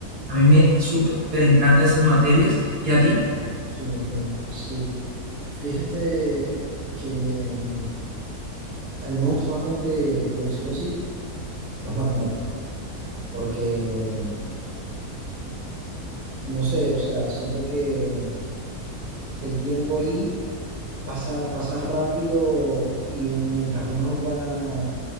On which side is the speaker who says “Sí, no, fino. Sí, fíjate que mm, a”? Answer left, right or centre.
Right